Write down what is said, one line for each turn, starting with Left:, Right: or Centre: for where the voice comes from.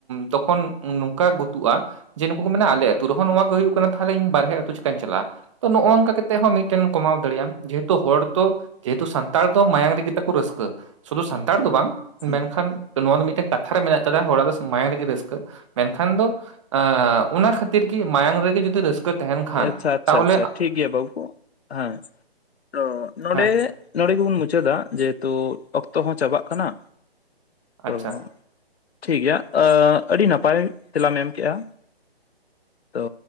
Right: ᱛᱚᱠᱷᱚᱱ ᱱᱚᱝᱠᱟ ᱜᱩᱛᱩᱜᱼᱟ ᱡᱮ ᱱᱩᱠᱩ ᱠᱚ ᱢᱮᱱᱟ ᱟᱞᱮ ᱟ ᱟᱹᱛᱩ ᱨᱮᱦᱚᱸ ᱱᱚᱣᱟ ᱜᱮ ᱦᱩᱭᱩᱜ ᱠᱟᱱᱟ ᱾ ᱛᱟᱦᱚᱞᱮ ᱤᱧ ᱵᱟᱨᱦᱮ ᱟᱹᱛᱩ ᱪᱤᱠᱟᱹᱧ ᱪᱟᱞᱟᱜᱼᱟ ᱾ ᱛᱚ ᱱᱚᱜᱚ ᱱᱚᱝᱠᱟ ᱠᱟᱛᱮ ᱦᱚᱸ ᱢᱤᱫᱴᱮᱱ ᱠᱚᱢᱟᱣ ᱫᱟᱲᱮᱭᱟᱜ ᱟᱢ ᱾ ᱡᱮᱦᱮᱛᱩ ᱦᱚᱲ ᱛᱚ ᱡᱮᱦᱮᱛᱩ ᱥᱟᱱᱛᱟᱲ ᱫᱚ ᱢᱟᱭᱟᱝ ᱨᱮᱜᱮ ᱛᱟᱠᱚ ᱨᱟᱹᱥᱠᱟᱹ ᱾ ᱥᱩᱫᱷᱩ ᱥᱟᱱᱛᱟᱲ ᱫᱚ ᱵᱟᱝ ᱢᱮᱱᱠᱷᱟᱱ
Left: ᱦᱩᱸ
Right: ᱱᱚᱣᱟ ᱫᱚ ᱢᱤᱫᱴᱮᱱ ᱠᱟᱛᱷᱟ ᱨᱮ ᱢᱮᱱᱟᱜ ᱠᱟᱫᱟ, ᱦᱚᱲᱟᱜ ᱫᱚ ᱢᱟᱭᱟᱝ ᱨᱮᱜᱮ ᱨᱟᱹᱥᱠᱟᱹ, ᱢᱮᱱᱠᱷᱟᱱ ᱫᱚ ᱟᱸ ᱚᱱᱟ ᱠᱷᱟᱹᱛᱤᱨ ᱜᱮ ᱢᱟᱭᱟᱝ ᱨᱮᱜᱮ ᱡᱩᱫᱤ ᱨᱟᱹᱥᱠᱟᱹ ᱛᱟᱦᱮᱱ ᱠᱷᱟᱱ
Left: ᱟᱪᱪᱷᱟ ᱟᱪᱪᱷᱟ
Right: ᱛᱟᱦᱚᱞᱮ
Left: ᱟᱪᱪᱷᱟ ᱴᱷᱤᱠ ᱜᱮᱭᱟ ᱵᱟᱹᱵᱩ ᱠᱚ, ᱟᱸ ᱛᱚ ᱱᱚᱸᱰᱮ
Right: ᱦᱮᱸ
Left: ᱱᱚᱸᱰᱮ ᱜᱮᱵᱚᱱ ᱢᱩᱪᱟᱹᱫᱟ, ᱡᱮᱦᱮᱛᱩ ᱚᱠᱛᱚ ᱦᱚᱸ ᱪᱟᱵᱟᱜ ᱠᱟᱱᱟ ᱾ ᱛᱳ᱾
Right: ᱟᱪᱪᱷᱟ
Left: ᱴᱷᱤᱠ ᱜᱮᱭᱟ ᱟᱹᱼᱟᱹᱰᱤ ᱱᱟᱯᱟᱭ ᱛᱮᱞᱟᱢ ᱮᱢ ᱠᱮᱜᱼᱟ᱾ ᱛᱚ